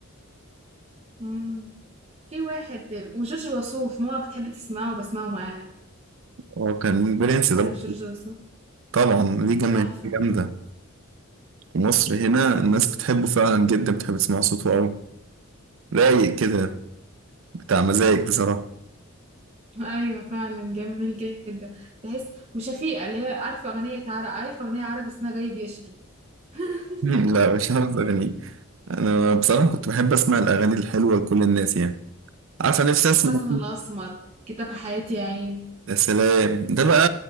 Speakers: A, on the right; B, on the right.
A: مم. في واحد وجورج وسوف ماما بتحب تسمعه وبسمعه معاها
B: هو كان برنس ده
A: عارف جورج وسوف
B: طبعا ليه جماهير
A: تحفة
B: جامده في مصر هنا الناس بتحبه فعلا جدا بتحب تسمع صوته قوي رايق كده بتاع مزاج بصراحه
A: أيوة فعلا جميل جدا تحس وشفيقة اللي هي عارفة أغنية عربي عارفة أغنية عربي اسمها جاي بيشتي <laughs>
B: <laughs> لا مش حافظ أغاني أنا بصراحة كنت بحب أسمع الأغاني الحلوة لكل الناس يعني عارفة نفسي أسمع
A: وحسن الأسمر كتاب حياتي يا عين
B: يا سلام ده بقى